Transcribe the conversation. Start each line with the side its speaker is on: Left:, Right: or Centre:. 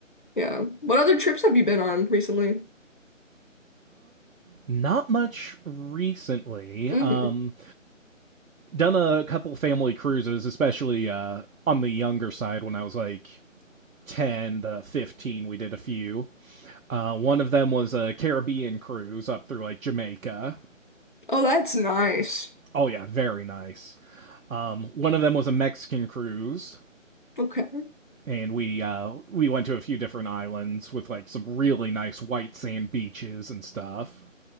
Left: Yeah. What other trips have you been on recently?
Right: Not much recently.
Left: hmm
Right: Um, done a couple family cruises, especially uh, on the younger side when I was like 10 to 15 we did a few uh, one of them was a caribbean cruise up through like jamaica
Left: Oh, that's nice.
Right: oh yeah very nice um, one of them was a mexican cruise
Left: Okay.
Right: and we uh, we went to a few different islands with like some really nice white sand beaches and stuff